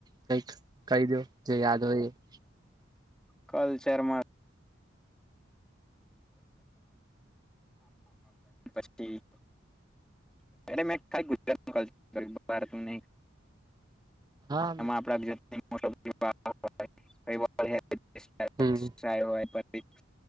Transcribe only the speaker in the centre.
કલ્ચરમાં પસ્ટી મેા ગુજરાત ન ક ભારત નહી.
એમાં આપડા <unintelligible>
ચાય હોય પી